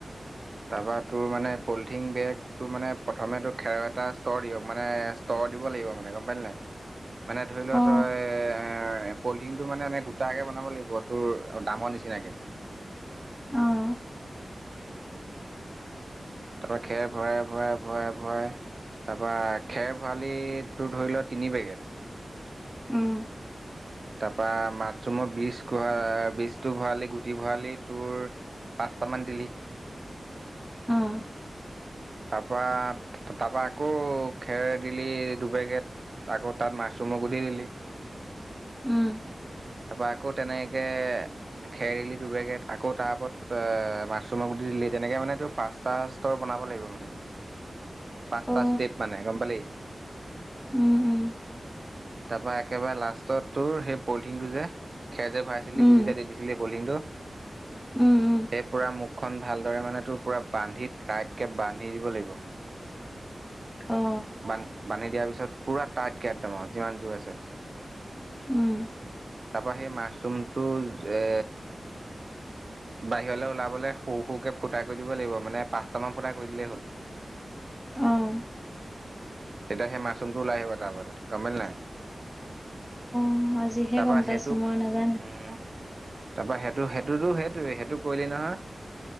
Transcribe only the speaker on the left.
অ
অঁ।
উম।
অঁ।
উম।
অ
উম, উম।
উম
উম, উম।
অ
উম।
অঁ।
অঁ, আজিহে
গম পাইছো
মই নাজানো